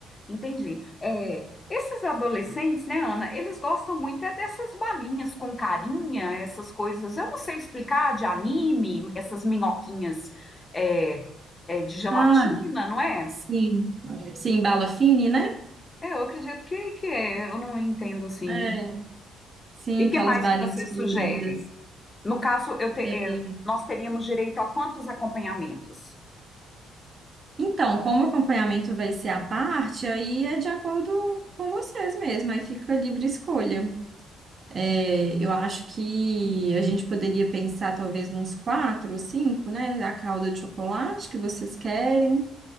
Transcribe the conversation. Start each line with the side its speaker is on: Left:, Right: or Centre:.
Left: Entendi. É, esses adolescentes, né, Ana, eles gostam muito é dessas balinhas com carinha, essas coisas, eu não sei explicar, de anime, essas minhoquinhas é, é, de gelatina,
Right: Ah,
Left: não é?
Right: sim. Sim, bala fine, né?
Left: É, eu acredito que, que é, eu não entendo assim.
Right: É, sim,
Left: E que
Right: aquelas
Left: mais
Right: balinhas
Left: que você
Right: coloridas.
Left: sugere? No caso, eu te-
Right: É.
Left: é, nós teríamos direito a quantos acompanhamentos?
Right: Então, como o acompanhamento vai ser à parte, aí é de acordo com vocês mesmo, aí fica livre escolha. É, eu acho que a gente poderia pensar talvez nos quatro ou cinco, né? A calda de chocolate que vocês querem,